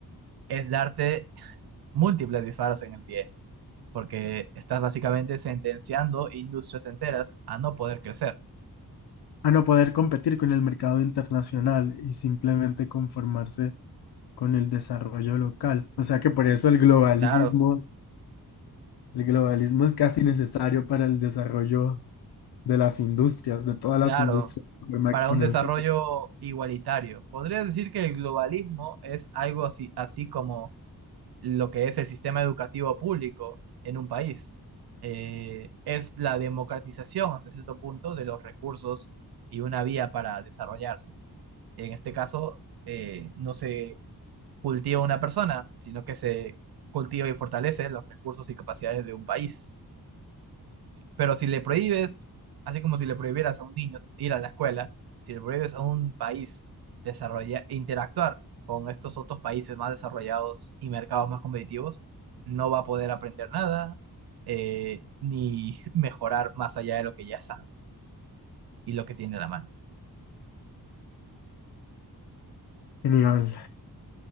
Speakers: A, on the right (about 75°); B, on the left (about 85°).
A: es darte múltiples disparos en el pie. porque estás básicamente sentenciando industrias enteras a no poder crecer.
B: A no poder competir con el mercado internacional y simplemente conformarse con el desarrollo local. O sea que por eso el globalismo
A: Claro,
B: el globalismo es casi necesario para el desarrollo de las industrias, de todas las
A: claro,
B: industrias, de forma
A: para
B: exponencial.
A: un desarrollo igualitario. Podría decir que el globalismo es algo así, así como lo que es el sistema educativo público en un país. Eh, es la democratización hasta cierto punto de los recursos y una vía para desarrollarse. En este caso, eh, no se cultiva una persona, sino que se cultiva y fortalece los recursos y capacidades de un país. Pero si le prohíbes, así como si le prohibieras a un niño ir a la escuela, si le prohíbes a un país desarrollar, interactuar con estos otros países más desarrollados y mercados más competitivos, no va a poder aprender nada eh, ni <laughs> mejorar más allá de lo que ya sabe y lo que tiene a la mano.
B: Genial.